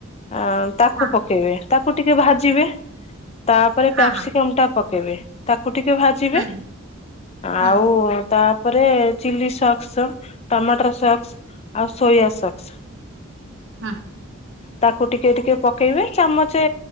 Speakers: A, on the left (about 30°); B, on the right (about 60°).
A: ଆଁ ତାକୁ
B: ହଁ
A: ପକେଇବେ ତାକୁ ଟିକେ ଭାଜିବେ ତାପରେ କ୍ୟାପ୍ସିକମ୍
B: ହଁ ହଁ
A: ଟା ପକେଇବେ ତାକୁ ଟିକେ ଭାଜିବେ
B: ହୁଁ ହୁଁ ହଁ
A: ଆଉ
B: ହଁ
A: ତାପରେ ଚିଲି ସ କ୍ସ ଟମାଟର ସକ୍ସ୍ ଆଉ ସୋୟା ସକ୍ସ୍
B: ହଁ
A: ତାକୁ ଟିକେ ଟିକେ ପକେଇବେ ଚାମଚେ